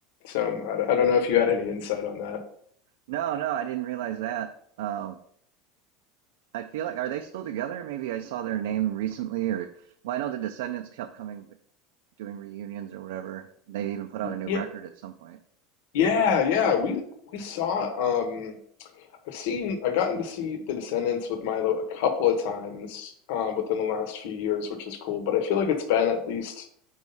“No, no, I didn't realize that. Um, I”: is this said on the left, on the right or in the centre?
Right